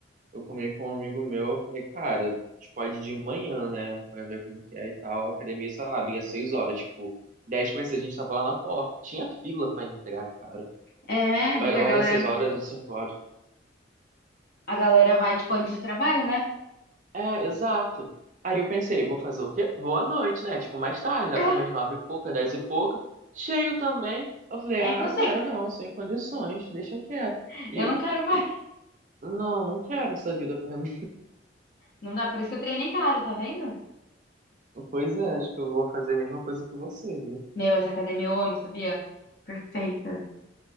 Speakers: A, on the right; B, on the left.
A: eu comi com um amigo meu, eu falei, cara, tipo, pode ir de manhã, né? Pra ver como que é e tal. A academia, sei lá, abria 6 horas, tipo, 10 pra 6 a gente tava lá na porta. Tinha fila pra entrar, cara.
B: É,
A: Eu
B: porque
A: eu
B: a
A: era
B: galera,
A: 6 horas ou 5 horas.
B: a galera vai, tipo, antes do trabalho, né?
A: É, exato. Aí eu pensei, vou fazer o quê? Vou à noite, né? Tipo, mais tarde,
B: <laughs>
A: lá por umas nove e pouca, dez e pouca. Cheio também. Eu falei,
B: Ah,
A: ah,
B: É impossível.
A: cara, não, sem condições, deixa quieto.
B: <laughs>
A: E,
B: Eu não quero mais.
A: e- não, não quero essa vida pra mim.
B: Não dá, por isso que eu treino em casa, tá vendo?
A: <laughs> Pois é, acho que eu vou fazer a mesma coisa que você, viu?
B: Meu, essa academia eu amo, sabia? Perfeita.